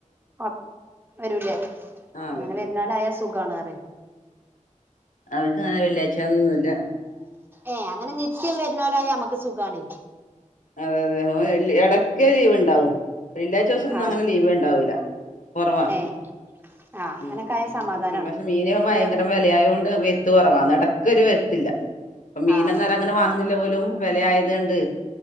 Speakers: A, on the right (about 15°); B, on the left (about 75°).
A: പ വരൂലേ
B: ആഹ്
A: അങ്ങനെ
B: വരും
A: വരുന്നാൽ അയാ സുഖമാണ് റെ
B: അവക്ക് അങ്ങനെ വെള്ളിയാഴ്ചന്നൊ ഒന്നുംല്ല
A: ഏ അങ്ങനെ നിത്യം വരുന്നല നമുക്ക് സുഖമാണ്
B: അതെ അതെ ഇടക്ക ലീവ ഉണ്ടാവും വെള്ളിയാഴ്ച ദിവസംന്നും
A: ആ
B: അങ്ങനെ ലീവ് ഉണ്ടാവൂില്ല കൊറവാ
A: ഏ ആ അങ്ങനൊക്കായ
B: ഉ മീനൊക്കെ
A: സമാധാനാണ്
B: പക്ഷെ മീനക്കെ ഭയങ്കര വിലയായുകൊണ്ട് <unintelligible> ഒരു വരുത്തില്ല പ്പം മീനന്നരം
A: ആഹ്
B: അങ്ങനെ വാങ്ങുന്നില്ല പോലും വിലയായ അതണ്ട്